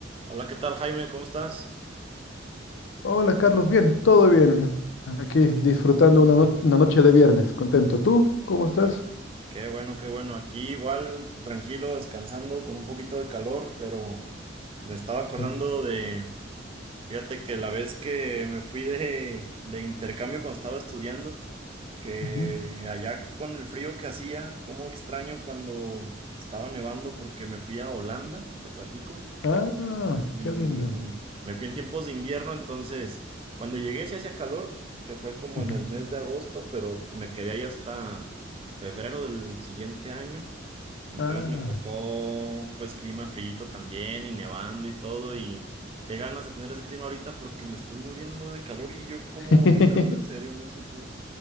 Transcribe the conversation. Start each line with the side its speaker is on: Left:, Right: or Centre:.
Right: Hola, ¿qué tal, Jaime? ¿Cómo estás?
Left: Hola Carlos, bien, todo bien. Aquí disfrutando una, no- una noche de viernes, contento. ¿Tú cómo estás?
Right: Eh, Qué bueno, qué bueno. Aquí igual tranquilo, descansando, con un poquito de calor, pero me estaba acordando
Left: Ujú,
Right: de, fíjate que la vez que me fui de, de intercambio cuando estaba estudiando, que
Left: ujú.
Right: allá con el frío que hacía, cómo extraño cuando estaba nevando porque me fui a Holanda, te platico.
Left: Ah,
Right: y
Left: qué lindo.
Right: me fui en tiempos de invierno, entonces cuando llegué sí hacía calor, que fue como
Left: Ujú.
Right: en el mes de agosto, pero me quedé ahí hasta febrero del siguiente año. Entonces
Left: Ah.
Right: me tocó pues clima frío también y nevando y todo y qué ganas de tener ese clima ahorita porque me estoy muriendo de calor y yo como
Left: <laughs>
Right: odio el calor en serio, no sé tú.